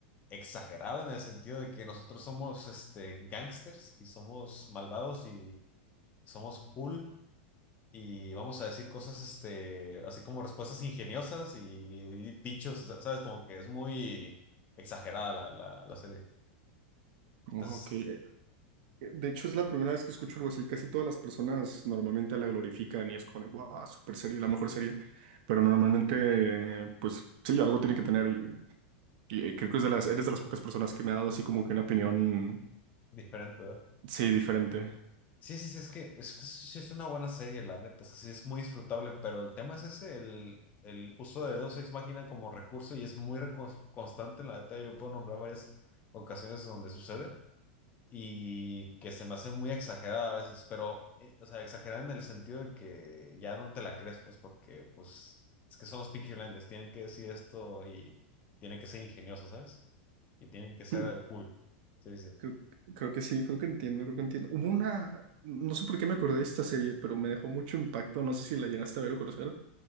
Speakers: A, on the left (about 25°); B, on the right (about 60°).
A: exagerada en el sentido de que nosotros somos, este, gangsters y somos malvados y somos cool y vamos a decir cosas, este, así como respuestas ingeniosas y dichos, sa- ¿sabes? Como que es muy exagerada la, la, la serie. Entonces,
B: Oh, Ok. Eh, De hecho, es la primera vez que escucho algo así. Casi todas las personas normalmente la glorifican y es como, de, wow, super serie, la mejor serie. Pero normalmente, eh, pues sí, algo tiene que tener. Y, y eh, creo que es de las, eres de las pocas personas que me ha dado así como que una opinión
A: diferente, ¿verdad?
B: Sí, diferente.
A: Sí, sí, sí, es que, es que sí sí es una buena serie, la neta, o sea, sí es muy disfrutable, pero el tema es ese, el, el uso de Deus Ex Machina como recurso y es muy recon- constante, la neta, yo puedo nombrar varias ocasiones donde sucede. y que se me hace muy exagerada a veces, pero, eh, o sea, exagerada en el sentido de que ya no te la crees, pues, porque, pues, es que son los Peaky Blinders, tienen que decir esto y tienen que ser ingeniosos, ¿sabes? Y tienen que ser
B: <laughs>
A: cool. Sí, sí.
B: Creo, creo que sí, creo que entiendo, creo que entiendo. Hubo una, no sé por qué me acordé de esta serie, pero me dejó mucho impacto. No sé si la llegaste a ver o conocer.